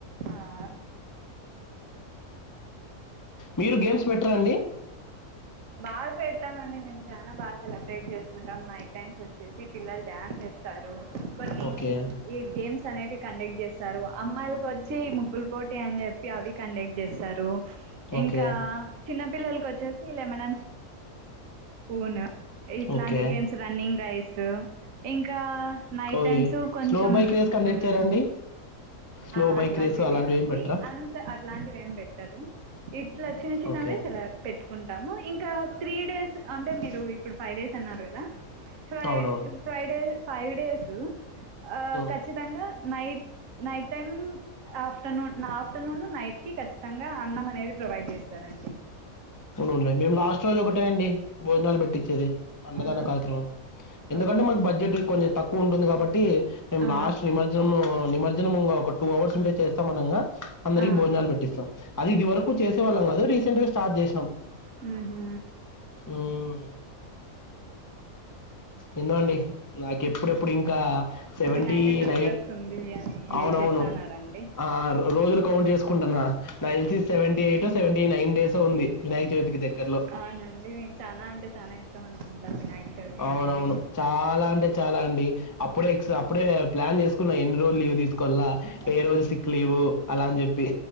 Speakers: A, on the right; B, on the left.
A: ఆ,
B: మీరు గేమ్స్ పెట్టరండి
A: బాగా పెడతామ అండి మేము చాలా బాగా సెలబ్రేట్ చేసుకుంటాం మై టైమ్స్ వచ్చేసి పిల్లలు డ్యాన్స్ ఇస్తారు కొన్ని
B: ఓకే
A: నేను ఈ గేమ్స్ అనేటి కండక్ట్ చేస్తారు అమ్మాయిలకొచ్చి ముగ్గుల పోటీ అని చెప్పి అవి కండక్ట్ చేస్తారు
B: ఓకే
A: ఇంకా చిన్న పిల్లలకొచ్చేసి లెమనన్స్ స్పూన్ ఇట్లాంటి
B: ఓకే
A: గేమ్స్ రన్నింగ్ రైస్ ఇంకా నైట్
B: ఓయే
A: టైమ్స్ కొంచెం
B: స్లో బైక్ రేస్ కండక్ట్
A: ఉమ్
B: చేయరా అండి స్లో
A: ఆ
B: బైక్
A: అట్లాంటివి
B: రేస్ అలాంటివి
A: లేవండి
B: ఏం పెట్టరా
A: అ కా అట్లాంటివి ఏం పెట్టరు ఇట్లా చిన్న చిన్నవి
B: ఓకే
A: సలా పెట్టుకుంటాము ఇంకా త్రీ డేస్ అంటే మీరు ఇప్పుడు ఫైవ్ డేస్ అన్నారు కదా ఫ్రై
B: అవునవును
A: ఫ్రైడే ఫైవ్ డేసు ఆ
B: హ్మ్
A: ఖచ్చితంగా నై నైట్ టైమ్ ఆఫ్టర్నూన్ నా ఆఫ్టర్నూన్ నైట్ కి ఖచ్చితంగా అన్నం అనేది ప్రొవైడ్ చేస్తారండి
B: అవునవునులే మేము లాస్ట్ రోజు ఒకటే అండి భోజనాలు పెట్టిచ్చేది అన్నదాన
A: ఆ
B: కార్యక్రమం ఎందుకంటే
A: ఓకే
B: మాకు బడ్జెట్ కొంచెం తక్కువ ఉంటుంది కాబట్టి మేము
A: ఆ
B: లాస్ట్ నిమర్ జము నిమజ్జనం ఒక టూ అవర్స్ ఉంటే చేస్తాం అనంగా అందరికీ
A: ఆ
B: భోజనాలు పెట్టిస్తాం అది ఇది వరకు చేసేవాళ్ళం కాదు రీసెంట్ గా స్టార్ట్ చేసినాం
A: హూ హూ
B: హుమ్ ఏందో అండి నాకు ఎప్పుడెప్పుడు ఇంకా సెవెంటీ
A: వినాయక చవితి
B: నై
A: వస్తుంది అని వెయిట్
B: అవునవును
A: చేస్తాన్నారండి
B: ఆ రోజులు కౌంట్ చేసుకుంటున్నా నాకు దెలిసి సెవెంటీ ఎయిటో సెవెంటీ నైన్ డేసో ఉంది వినాయక చవితికి దగ్గరలో
A: అవునండి మీకు చానా అంటే చానా ఇష్టం అనుకుంటా వినాయక చవితి
B: అవునవును
A: అనేది
B: చాలా అంటే చాలా అండి అప్పుడే ఎక్స్ అప్పుడే ప్లాన్ చేసుకున్నా ఎన్ని రోజులు లీవ్ తీసుకోవల్లా
A: ఓకే
B: ఏ రోజు సిక్ లీవు అలా అని చెప్పి